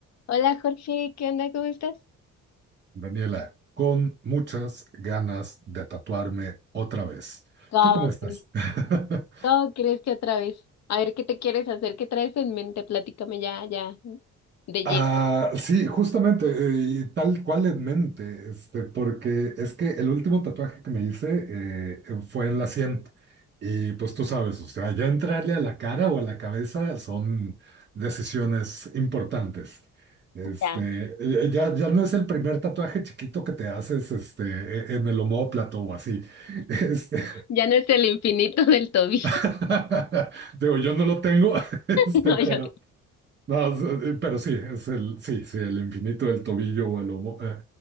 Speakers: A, on the left (about 60°); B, on the right (about 35°).
A: Hola Jorge, ¿qué onda? ¿Cómo estás?
B: Daniela, con muchas ganas de tatuarme otra vez.
A: ¿Cómo
B: ¿Tú cómo estás?
A: crees?
B: <laughs>
A: ¿Cómo crees que otra vez? A ver, ¿qué te quieres hacer? ¿Qué traes en mente? Platícame ya, ya, de lleno,
B: Ah, sí, justamente, eh, y tal cual en mente, este, porque es que el último tatuaje que me hice eh, fue en la sien. Y pues tú sabes, o sea, ya entrarle a la cara o a la cabeza son decisiones importantes. Este,
A: ya.
B: eh, ya, ya no es el primer tatuaje chiquito que te haces este, e- en el omóplato o así. <laughs> Este,
A: Ya no es el infinito del tobillo.
B: <laughs> Digo, yo no lo tengo, <laughs> este,
A: <laughs> No,
B: pero,
A: yo-
B: no, s- eh, pero sí, es el, sí, sí, el infinito del tobillo o el homo- eh,